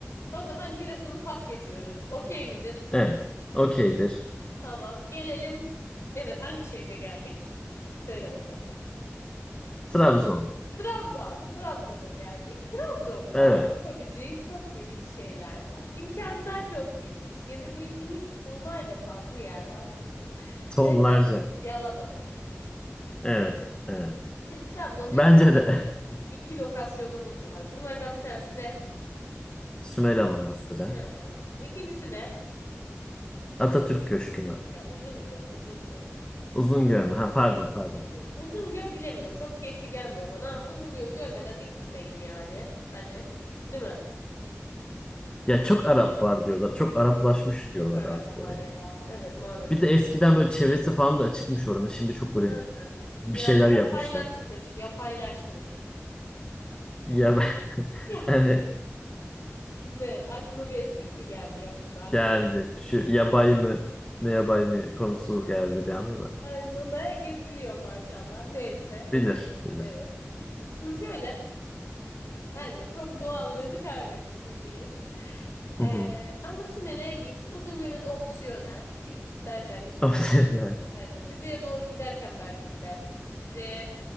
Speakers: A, on the left (about 60°); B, on the left (about 20°).
A: O zaman Giresun'u pas geçiyoruz. Okey midir?
B: Evet. Okeydir.
A: Tamam. Gelelim. Evet, hangi şehre geldik? Söyle bakalım.
B: Trabzon.
A: Trabzon. Trabzon'a geldik. Trabzon'da
B: Evet.
A: yapabileceğin çok geniş şeyler var. İmkanlar çok geniş. Gezebileceğin tonlarca farklı yer var. <laughs>
B: Tonlarca.
A: Desem yalan olur.
B: Evet. Evet.
A: Şimdi Trabzon'da
B: Bence
A: iki, lo-
B: de. <laughs>
A: iki lokasyonumuz var. Bunlardan bir tanesi ne?
B: Sümela Manastırı.
A: Sümele Manastırı. İkincisi ne?
B: Atatürk Köşkü mü?
A: Ya Uzungöl, Uzungöl.
B: Uzungöl mü? Ha pardon pardon.
A: Hı, Uzungöl bilemiyorum. Çok keyifli gelmiyor bana ama Uzungöl'ü görmeden de gitmeyin yani. Hani değil mi?
B: Ya çok Arap var diyorlar. Çok Araplaşmış diyorlar
A: Çok Arap
B: artık
A: var
B: oraya.
A: ya. Evet maalesef.
B: Bir de eskiden böyle çevresi falan da açıkmış oranın. Şimdi çok böyle
A: Aynen.
B: bir
A: Yani
B: şeyler
A: yapaylaşmış,
B: yapmışlar.
A: yapaylaşmış.
B: Ya <laughs>
A: Ya
B: evet
A: ne? Aklına bir espri mi geldi yoksa?
B: geldi. Şu yabay mı ne yabay mı konusu geldi bir anda da.
A: Aynen onu da herkes biliyor maşallah. Neyse benim
B: Bilir
A: de geldi
B: bilir.
A: evet. Şimdi şöyle. Aynen çok doğallığını kaybetmiş diyeyim. Ee,
B: Hı hı.
A: ama Sümele'ye git. Uzungöl'e de opsiyonel. <laughs> İstersen git istersen.
B: <laughs>
A: Aynen. Rize'ye doğru giderken belki gidersin. Çünkü Rize'ye